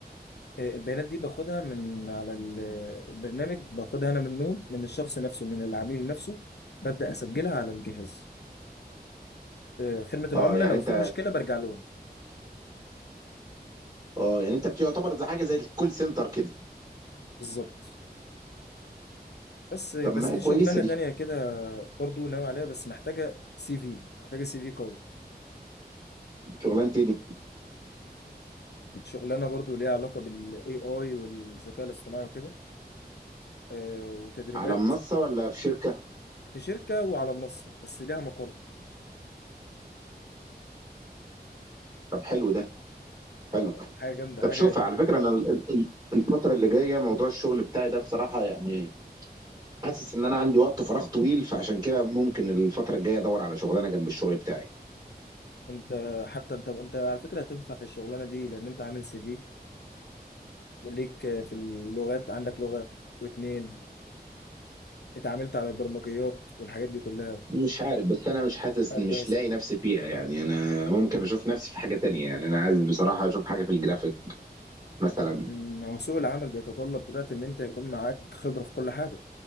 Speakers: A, on the left; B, on the right.
A: آه، البيانات دي باخدها من على ال- آه، البرنامج باخدها انا منه من الشخص نفسه من العميل نفسه ببدأ اسجلها على الجهاز آه، خدمة العملاء
B: اه يعني
A: لو
B: انت
A: في مشكلة برجع لهم
B: اه يعني انت بتعتبر زي حاجه زي الكول سنتر كده
A: بالظبط بس بس
B: طب ما
A: في
B: هي كويسه
A: شغلانه
B: دي
A: تانية كده برضو ناوي عليها بس محتاجه سي في محتاجه سي في قوي
B: شغلانه ايه دي
A: شغلانه برضو ليها علاقه بالاي اي والذكاء الاصطناعي وكده آه، وتدريبات
B: على منصه ولا في شركه
A: في شركه وعلى منصه بس ليها مقر
B: طب حلو ده حلو
A: آه، حاجه جامده
B: طب
A: حاجه
B: شوف
A: بتخليك
B: على فكره انا ال-
A: ان انت
B: ال- الفتره اللي جايه موضوع الشغل بتاعي ده بصراحه يعني حاسس ان انا عندي وقت فراغ طويل فعشان كده ممكن الفتره الجايه ادور على شغلانه جنب الشغل بتاعي
A: انت حتى انت انت على فكره هتنفع في الشغلانه دي لان انت عامل سي في ليك في اللغات عندك لغه واتنين اتعاملت على البرمجيات والحاجات دي كلها
B: مش عارف بس انا مش حاسس
A: آه،
B: ان
A: كويس.
B: مش لاقي نفسي فيها يعني انا ممكن اشوف نفسي في حاجه تانية يعني انا عايز بصراحه اشوف حاجه في الجرافيك مثلا
A: مم، هو سوق العمل بيتطلب دلوقتي ان انت يكون معاك خبرة في كل حاجة